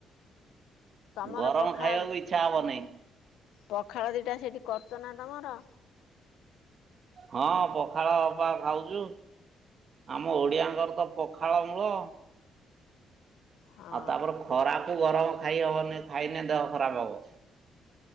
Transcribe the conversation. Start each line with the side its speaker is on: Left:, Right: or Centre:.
Left: ତମର
Right: ଗରମ
Left: ପଖାଳ
Right: ଖାଇବାକୁ ଇ ଇଚ୍ଛା ହବନେଇ
Left: ପଖାଳ ଦିଇଟା ସେଇଠି କରଚ ନା ତମର?
Right: ହଁ ପଖାଳ ପା ଖାଉଛୁ। ଆମ ଓଡିଆଙ୍କର ତ ପଖାଳ ମୂଳ।
Left: ହଁ
Right: ଆଉ ତାପରେ ଖରାକୁ ଗରମ ଖାଇ ହବନି। ଖାଇଲେ ଦେହ ଖରାପ ହବ।